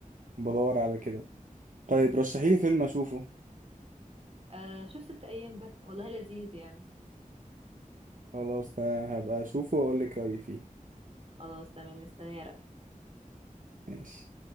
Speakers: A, on the right; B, on the right.
A: بدور على كده طيب رشحيلي فيلم اشوفه
B: <laughs> آه شوف ست ايام ده والله لذيذ يعني
A: خلاص ده هبقى اشوفه واقول لك رايي فيه
B: خلاص تمام مستنية رأيك
A: ماشي